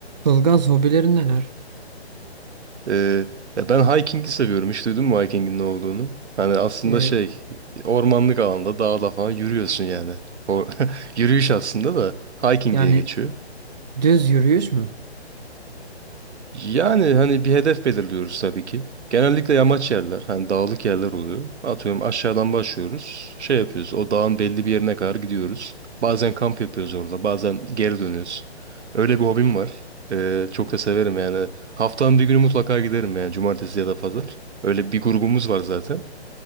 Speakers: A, on the right; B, on the right.
A: Ilgaz hobilerin neler?
B: Ee, ya ben hiking'i seviyorum. Hiç duydun mu hiking'in ne olduğunu? Hani aslında
A: Ee,
B: şey ormanlık alanda dağda falan yürüyorsun yani. O <laughs> yürüyüş aslında da hiking
A: yani
B: diye geçiyor.
A: düz yürüyüş mü?
B: Yani hani bir hedef belirliyoruz tabii ki. Genellikle yamaç yerler, hani dağlık yerler oluyor. Atıyorum aşağıdan başlıyoruz. Şey yapıyoruz, o dağın belli bir yerine kadar gidiyoruz. Bazen kamp yapıyoruz orada, bazen geri dönüyoruz. Öyle bir hobim var. Ee, çok da severim yani. Haftanın bir günü mutlaka giderim yani, cumartesi ya da pazar. Öyle bir grubumuz var zaten.